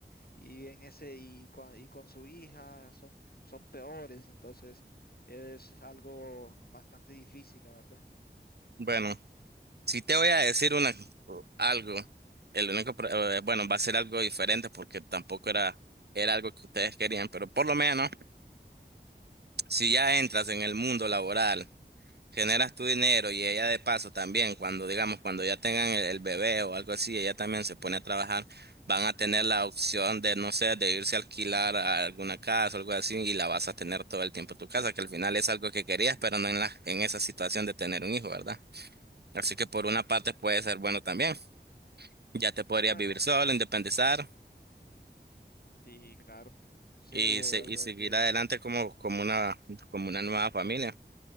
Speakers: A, on the left; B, on the right.
A: y en ese y con, y con su hija son, son peores, entonces es algo bastante difícil, la verdad.
B: Bueno, si te voy a decir una, algo, el único, pro- eh, bueno, va a ser algo diferente porque tampoco era, era algo que ustedes querían, pero por lo menos, si ya entras en el mundo laboral, generas tu dinero y ella de paso también, cuando digamos, cuando ya tengan el, el bebé o algo así, ella también se pone a trabajar, van a tener la opción de, no sé, de irse a alquilar a alguna casa o algo así y la vas a tener todo el tiempo en tu casa, que al final es algo que querías, pero no en la, en esa situación de tener un hijo, ¿verdad? Así que por una parte puede ser bueno también. Ya te podrías
A: Bueno,
B: vivir solo, independizar
A: sí, claro, pero sí,
B: y,
A: bro,
B: se-
A: la verdad
B: y seguir
A: que,
B: adelante como, como una, como una nueva familia.